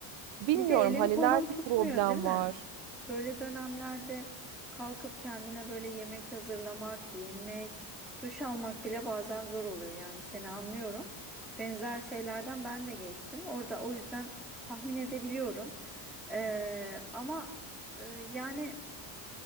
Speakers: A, on the right; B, in the centre.
A: Bilmiyorum
B: Bir de elin
A: hani
B: kolun
A: nerede
B: tutmuyor,
A: problem
B: değil mi?
A: var.
B: Böyle dönemlerde kalkıp kendine böyle yemek hazırlamak, giyinmek, duş almak bile bazen zor oluyor. Yani seni anlıyorum. Benzer şeylerden ben de geçtim. Orada o yüzden tahmin edebiliyorum. Ee, ama e, yani